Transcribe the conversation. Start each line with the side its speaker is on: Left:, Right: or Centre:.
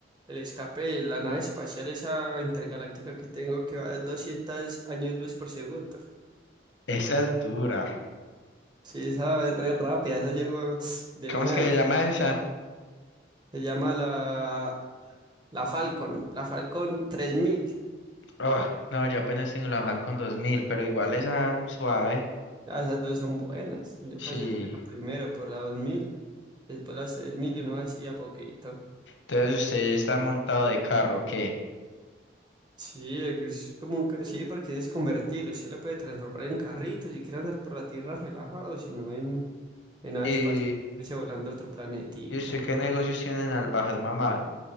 Right: el escape de la nave espacial, esa intergaláctica que tengo, que va a 200 años luz por segundo.
Left: Esa es dura.
Right: Sí, esa es re rápida, esa llegó de
Left: ¿Cómo
Right: una
Left: es que
Right: de
Left: se
Right: aquí.
Left: llama esa?
Right: Se llama la, la Falcon, la Falcon 3000.
Left: Oh, no, yo apenas tengo la FAL dos mil pero igual esa suave.
Right: Ah, esas dos son buenas. Yo
Left: Sí.
Right: pasé por esa primero, por la 2000, después las 3000 y uno hacía poquito.
Left: Entonces, usted está montado de carro, ¿qué?
Right: Sí, es como un ca- sí, porque es convertible. Usted lo puede transformar en carrito si quiere andar por la tierra relajado, sino en, en nave
Left: ¿Y,
Right: espacial, irse volando a otro planetica.
Left: y usted qué negocios tienen al bajar mamá?